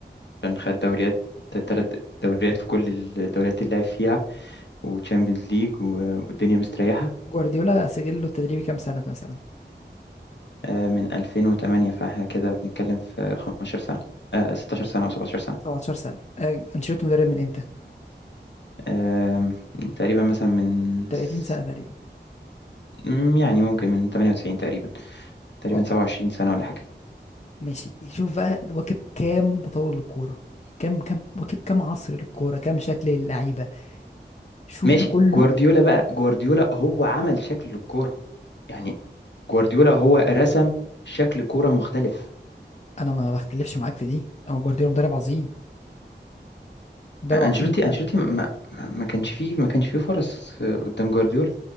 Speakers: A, on the left; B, on the left.
A: عشان خد دوريات تلات دوريات في كل الدوريات اللي لعب فيها وتشامبيونز ليج والدنيا مستريحة
B: جوارديولا سجل له التدريبي كام سنة مثلا
A: آه، من 2008 فاحنا كده بنتكلم في 15 سنة آه، 16 سنة أو 17 سنة
B: 17 سنة آه، انشيلوتي مدرب من امتى
A: آم، تقريبا مثلا من
B: 30
A: س-
B: سنة تقريبا
A: مم، يعني ممكن من 98 تقريبا تقريبا
B: اه
A: 27 سنة ولا حاجة
B: ماشي شوف بقى واكب كام تطور للكورة كام كام واكب كام عصر للكورة كام شكل للعيبة شوف
A: ماشي
B: ده كله
A: جوارديولا بقى جوارديولا هو عمل شكل الكورة يعني جوارديولا هو رسم شكل كورة مختلف
B: أنا ما بختلفش معاك في دي هو جوارديولا مدرب عظيم مدرب
A: انشيلوتي
B: عظيم فعلا
A: انشيلوتي ما ما ما كانش فيه ما كانش فيه فرص آه، قدام جوارديولا